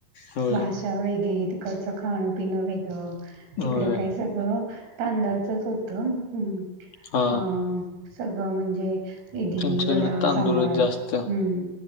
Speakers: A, on the left; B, on the right.
A: होय
B: भाषा वेगळी तिकडचं खाणं पिणं वेगळं तिकडं
A: होय
B: काय सगळं तांदळाचच होतं हम्म.
A: हा
B: अ. सगळं म्हणजे इडली,
A: त्यांच्या
B: वडा,
A: इकडे तांदूळच
B: सांभार
A: जास्त
B: हम्म